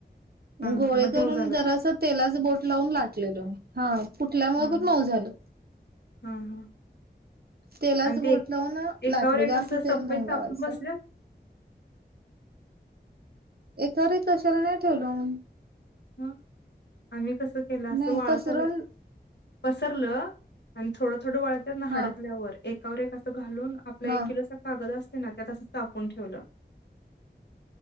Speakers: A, on the left; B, on the right.
A: हा
B: गोळे
A: हा मग
B: करून
A: ते मऊ झालं
B: जरास
A: काय
B: तेलात बोट लावून लाटलेलो हा. कुटल्यामुळे
A: हा
B: खूच
A: हा
B: मऊ झालं.
A: हा हा
B: तेलाच
A: आणि
B: बोट
A: ते
B: लावून
A: एकावर
B: लाटलो
A: एक
B: ना
A: असं
B: तेल
A: सपई
B: नाही
A: चापून
B: लावायचं.
A: बसल्यात
B: एकावर एक कशाला नाही ठेवल मी.
A: हमम. आम्ही कस केलं असं
B: नाही
A: वाळतल.
B: पसरून
A: पसरलं आणि थोडं थोड वाळतना
B: हा
A: हडकल्यावर एका वर एक अस. घालून आपला एक
B: हा
A: किलो चा कागद असतो ना. ना त्या तस चापून ठेवलं.